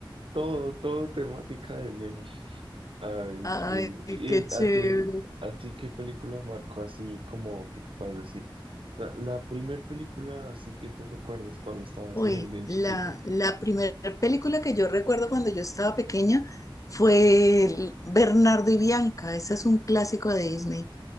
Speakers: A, on the right; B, on the left.
A: todo, todo temática de Leo. Ay,
B: Ay,
A: sí. ¿Y
B: qué
A: el-
B: chévere.
A: a ti, a ti qué película marcó así como que te puedas decir? La, la primer película así que tú recuerdas cuando estabas
B: Uy,
A: bien, bien
B: la,
A: chiquita.
B: la primera película que yo recuerdo cuando yo estaba pequeña fue el Bernardo y Bianca. Ese es un clásico de Disney.